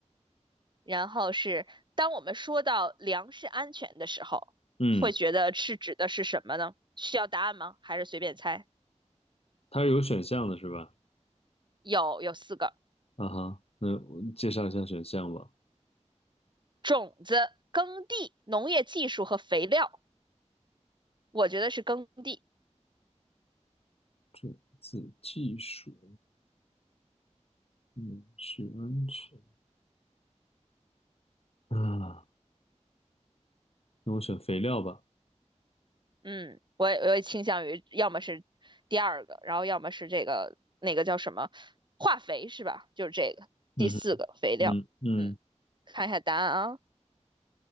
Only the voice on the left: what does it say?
嗯，
它是有选项的是吧？
啊哈，那我介绍一下选项吧。
种子技术，嗯，是安全啊，那我选肥料吧。
嗯哼嗯嗯，